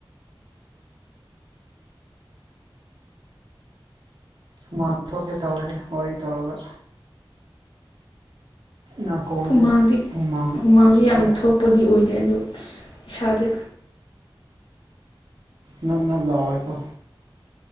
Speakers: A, on the right; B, on the left.
A: ꯃꯊꯣꯛꯒꯦ ꯇꯧꯋꯦ ꯋꯥꯔꯤ ꯇꯧꯔꯒ ꯅꯥꯀꯣꯡꯁꯦ
B: ꯍꯨꯃꯥꯡꯗꯤ
A: ꯍꯨꯃꯥꯡ
B: ꯍꯨꯃꯥꯡꯗꯤ ꯌꯥꯝ
A: ꯊꯣꯛꯑꯦ
B: ꯊꯣꯛꯄꯗꯤ ꯑꯣꯏꯗꯦ ꯑꯗꯨ ꯏꯁ ꯏꯁꯥꯗ
A: ꯅꯞ ꯅꯞ ꯂꯣꯏꯀꯣ